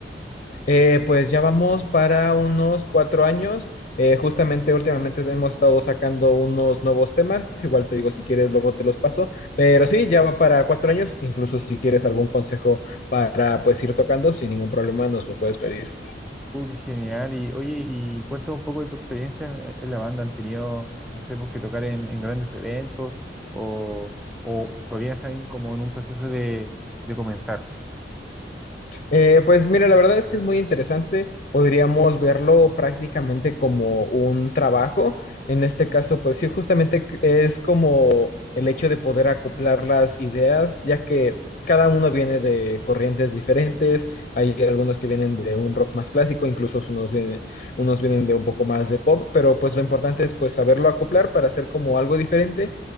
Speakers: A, on the left; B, in the centre.
A: Eh, pues ya vamos para unos cuatro años. Eh, justamente últimamente hemos estado sacando unos nuevos temas. Igual te digo, si quieres, luego te los paso. Pero sí, ya va para cuatro años. Incluso si quieres algún consejo para pues ir tocando, sin ningún problema nos lo puedes pedir.
B: Uh, qué genial. Y oye, y cuéntame un poco de tu experiencia en, en la banda. ¿Han tenido, no sé, pues que tocar en, en grandes eventos o, o todavía están como en un proceso de, de comenzar?
A: Eh, pues mira, la verdad es que es muy interesante. Podríamos verlo prácticamente como un trabajo. En este caso, pues sí, justamente c- es como el hecho de poder acoplar las ideas, ya que cada uno viene de corrientes diferentes. Hay algunos que vienen de un rock más clásico, incluso unos vienen, unos vienen de un poco más de pop, pero pues lo importante es pues saberlo acoplar para hacer como algo diferente.